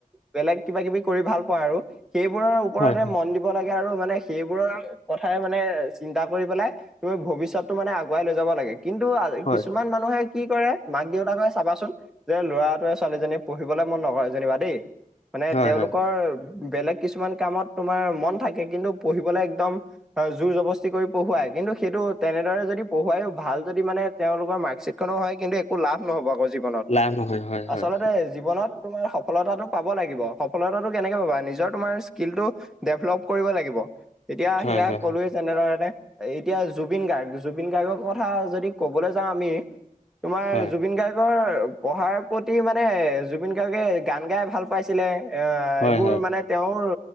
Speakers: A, in the centre; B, on the left.
A: বেলেগ কিবা কিবি কৰি ভাল, আৰু সেইবোৰৰ ওপৰতে
B: হয়
A: মন দিব লাগে। আৰু মানে সেইবোৰৰ কথাই মানে চিন্তা কৰি পেলাই তুমি ভৱিষ্যতটো মানে আগুৱাই লৈ যাব লাগে। কিন্তু
B: হয়
A: কিছুমান মানুহে কি কৰে মাক দেউত চাবাচোন যে ল'ৰাটোৱে ছোৱালীজনী পঢ়িবলৈ মন নকৰে যেনিবা। দেই মানে
B: হয়
A: তেওঁলোকৰ
B: হয়
A: বেলেগ কিছুমান কামত তোমাৰ মন থাকে কিন্তু পঢ়িবলে একদম জোৰ জবস্তি কৰি পঢ়োৱাই। কিন্তু সেইটো তেনেদৰে যদি পঢ়োৱাইও ভাল যদি মানে তেওঁলোকৰ মাৰ্কশ্বিট খনো হয় কিন্তু একো লাভ নহ'ব আকৌ জীৱনত
B: লাভ নহয় হয়
A: আচলতে
B: হয়
A: জীৱনত তোমাৰ সফলতাটো পাব লাগিব সফলতাটো কেনেকে পাবা নিজৰ তোমাৰ স্কিলটো ডেভলপ কৰিব লাগিব। তেতিয়া
B: হয়
A: সেয়া
B: হয়
A: ক'লোৱেই যেনেধৰনে। এতিয়া জুবিন গাৰ্গ জুবিন গাৰ্গৰ কথা যদি কবলৈ যাওঁ আমি তোমাৰ
B: হয়
A: ৰ পঢ়াৰ প্ৰতি মানে জুবিন গাৰ্গে গান গাই ভাল পাইছিলে, এ
B: হয়
A: এইবোৰ
B: হয়
A: মানে তেওঁৰ,